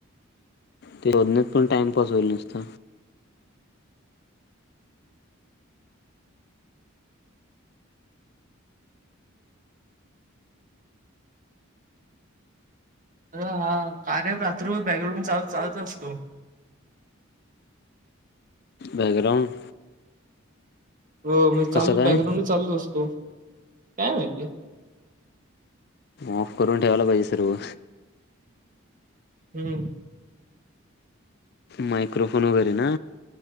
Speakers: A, on the left (about 50°); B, on the right (about 40°).
A: ते वदनत पण टाइमपास होईल नसत
B: अर हा कार्य रात्र बॅकग्राउंड चाल चालत असतो.
A: बॅकग्राऊंड?
B: हो चाल
A: कसं काय
B: बॅकग्रांड चालूच असतो. काय माहिती?
A: ऑफ करून ठेवाला पाहिजे सर्व.
B: हम्म
A: मायक्रोफोन वगैरे ना.